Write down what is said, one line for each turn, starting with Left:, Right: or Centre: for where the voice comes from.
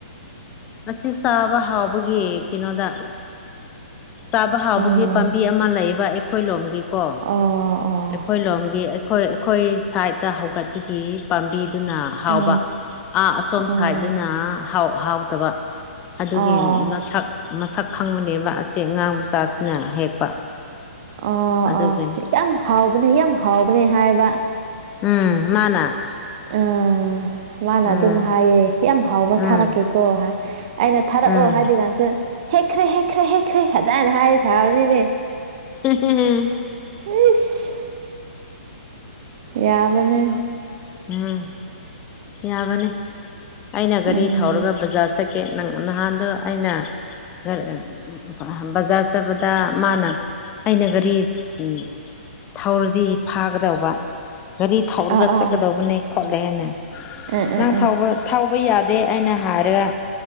Left: ꯑꯁꯤ ꯆꯥꯕ ꯍꯥꯎꯕꯒꯤ ꯀꯩꯅꯣꯗ ꯆꯥꯕ ꯍꯥꯎꯕꯒꯤ
Right: ꯑꯥ
Left: ꯄꯥꯝꯕꯤ ꯑꯃ ꯂꯩꯌꯦꯕ ꯑꯩꯈꯣꯏ ꯂꯣꯝꯒꯤꯀꯣ
Right: ꯑꯥ ꯑꯥ
Left: ꯑꯩꯈꯣꯏ ꯂꯣꯝꯒꯤ ꯑꯩꯈꯣꯏ ꯑꯩꯈꯣꯏ ꯁꯥꯏꯠꯇ ꯍꯧꯒꯠꯄꯒꯤ ꯄꯥꯝꯕꯤꯗꯨꯅ ꯍꯥꯎꯕ
Right: ꯑꯥ
Left: ꯥꯥꯥꯑꯥ ꯑꯁꯣꯝ
Right: ꯑꯥ
Left: ꯁꯥꯏꯗꯅ ꯍꯥꯎ ꯍꯥꯎꯇꯕ ꯑꯗꯨꯒꯤ
Right: ꯑꯥ
Left: ꯃꯁꯛ ꯃꯁꯛ ꯈꯪꯕꯅꯦꯕ ꯑꯁꯤ ꯑꯉꯥꯡ ꯃꯆꯥꯁꯤꯅ ꯍꯦꯛꯄ
Right: ꯑ
Left: ꯑꯗꯨꯒꯤꯅꯦ
Right: ꯑꯣ ꯌꯥꯝ ꯍꯥꯎꯕꯅꯦ ꯌꯥꯝ ꯍꯥꯎꯕꯅꯦ ꯍꯥꯏꯕ
Left: ꯎꯝ ꯃꯥꯅꯥ
Right: ꯑꯥ ꯃꯥꯅ
Left: ꯎꯝ
Right: ꯑꯗꯨꯝ ꯍꯥꯏꯌꯦ ꯌꯥꯝ ꯍꯥꯎꯕ
Left: ꯎꯝ
Right: ꯊꯥꯔꯛꯀꯦꯀꯣ ꯍꯥꯏ ꯑꯩꯅ ꯊꯥꯔꯛꯑꯣ
Left: ꯎꯝ
Right: ꯍꯥꯏꯗꯤ ꯀꯥꯟꯁ ꯍꯦꯛꯈ꯭ꯔꯦ ꯍꯦꯛꯈ꯭ꯔꯦ ꯍꯦꯛꯈ꯭ꯔꯦ ꯐꯖꯅ ꯍꯥꯏ ꯁꯥꯕꯅꯤꯅꯦ
Left: ꯎꯝ
Right: ꯍꯤꯁ ꯌꯥꯕꯅꯦ
Left: ꯎꯝ ꯌꯥꯕꯅꯤ ꯑꯩꯅ ꯒꯥꯔꯤ
Right: ꯎꯝ
Left: ꯊꯧꯔꯒ ꯕꯖꯥꯔ ꯆꯠ ꯀꯦ ꯅꯪ ꯅꯍꯥꯟꯗꯣ ꯑꯩꯅ ꯒ꯭ꯔ ꯕꯖꯥꯔ ꯆꯠꯄꯗ ꯃꯥꯅ ꯑꯩꯅ ꯒꯥꯔꯤ ꯎꯝ ꯊꯧꯔꯗꯤ ꯐꯥꯒꯗꯧꯕ ꯒꯥꯔꯤ ꯊꯧꯔꯒ
Right: ꯑꯥ
Left: ꯆꯠꯀꯗꯧꯕꯅꯦ
Right: ꯑꯥ
Left: ꯈꯣꯠꯂꯦ ꯍꯥꯏꯅꯦ
Right: ꯑꯥ ꯑꯥ
Left: ꯅꯪ ꯊꯧꯕ
Right: ꯑꯥ
Left: ꯊꯧꯕ ꯌꯥꯗꯦ ꯑꯩꯅ ꯍꯥꯏꯔꯒ